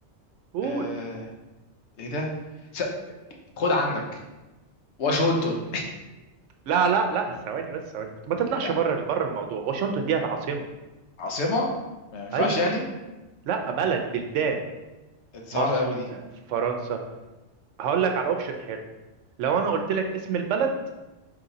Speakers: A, on the right (about 80°); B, on the left (about 70°).
A: قول
B: آه، ايه ده س... خد عندك واشنطن
A: لا لا لا ثواني بس ثواني ما تطلعش
B: <laughs>
A: بره بره الموضوع واشنطن ديت عاصمة
B: عاصمة ما ينفعش
A: ايوه
B: يعني
A: لا بلد بلدان
B: دي
A: مصر
B: صعبة قوي دي
A: آه، فرنسا هقول لك على اوبشن حلو لو انا قلت لك اسم البلد